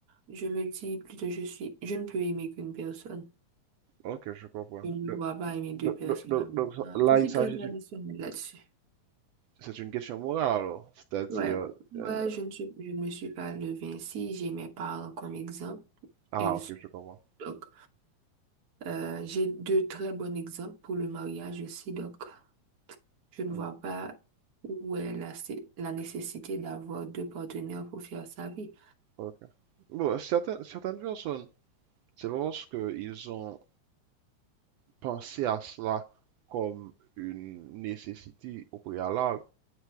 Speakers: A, on the right (about 55°); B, on the right (about 80°).
A: je me dis plutôt, je suis, je ne peux aimer qu'une personne.
B: Ok, je comprends.
A: Je ne
B: Donc,
A: me vois pas aimer deux
B: donc-
A: personnes
B: donc- donc-
A: en même
B: donc, ça-
A: temps.
B: là,
A: Je suis
B: il s'agit
A: très traditionnelle
B: d'une
A: là-dessus.
B: C'est une question morale, alors. C'est-à-dire...
A: Ouais, ouais,
B: euh,
A: je ne suis, je ne me suis pas levée ainsi. J'ai mes parents comme exemple.
B: ah,
A: ils
B: ok, je comprends.
A: Donc, euh, j'ai deux très bons exemples pour le mariage aussi. Donc, je ne
B: Hmm,
A: vois pas où est la, sé- la nécessité d'avoir deux partenaires pour faire sa vie.
B: ok. Bon, certaines, certaines personnes, c'est pas parce qu'ils ont pensé à cela comme une nécessité au préalable,